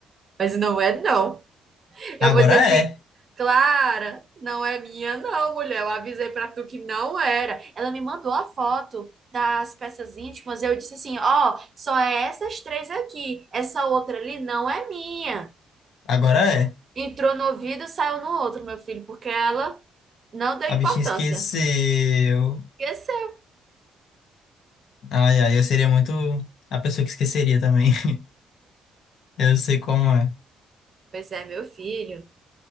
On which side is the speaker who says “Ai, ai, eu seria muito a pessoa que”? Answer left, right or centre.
Left